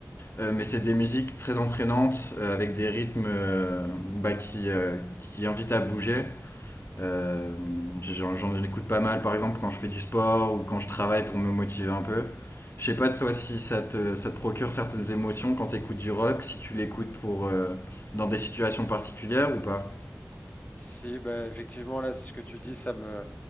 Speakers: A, on the left (about 50°); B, on the left (about 30°).
A: Euh, mais c'est des musiques très entraînantes, euh, avec des rythmes euh, bah, qui, euh, qui invitent à bouger. Euh, j'en, j'en écoute pas mal, par exemple, quand je fais du sport ou quand je travaille pour me motiver un peu. Je sais pas toi si ça te, ça te procure certaines émotions quand tu écoutes du rock, si tu l'écoutes pour euh, dans des situations particulières ou pas.
B: Si, bah, effectivement, là, ce que tu dis, ça me,